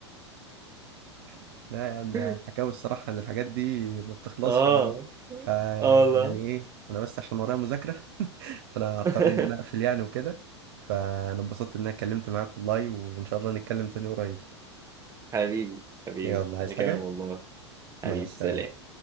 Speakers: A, on the right; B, on the right.
A: <laughs> لا يا عم ده
B: <laughs>
A: الحكاوي الصراحة ان الحاجات دي ما بتخلصش
B: اه
A: يعني ف
B: اه والله
A: يعني ايه انا بس عشان ورايا مذاكرة <laughs> فانا هضطر
B: <laughs>
A: ان انا اقفل يعني وكده فانا انبسطت ان انا اتكلمت معاك والله وان شاء الله نتكلم تاني قريب
B: حبيبي حبيبي
A: يلا عايز
B: انا
A: حاجة؟
B: كمان والله حبيبي
A: مع السلامة
B: سلام